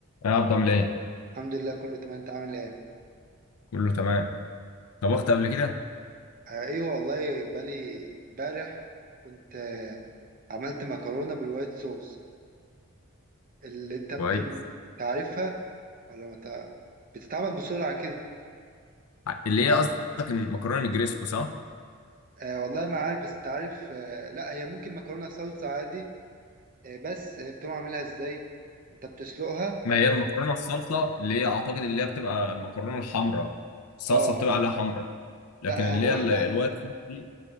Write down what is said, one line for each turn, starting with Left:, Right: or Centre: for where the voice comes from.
Left: يا عبد عامل ايه؟
Right: الحمد لله كله تمام انت عامل ايه
Left: كله تمام طبخت قبل كده؟
Right: آه، ايوه والله بالي امبارح كنت آه، عملت مكرونه بالوايت صوص اللي انت بتقوم
Left: كويس
Right: تعرفها ولا ما تع- بتتعمل بسرعه كده
Left: ع- اللي هي قصدك المكرونه الجريسكو صح؟
Right: آه والله ما عارف بس تعرف آه لا هي ممكن مكرونه صلصه عادي آه بس آه، بتقوم عاملها ازاي انت بتسلقها
Left: ما هي المكرونه الصلصه اللي هي اعتقد اللي هي بتبقى المكرونه الحمراء الصلصه
Right: اه
Left: بتبقى عليها حمراء لكن
Right: لا
Left: اللي
Right: آه، هو
Left: هي
Right: احنا
Left: ال- الوايت صوص دي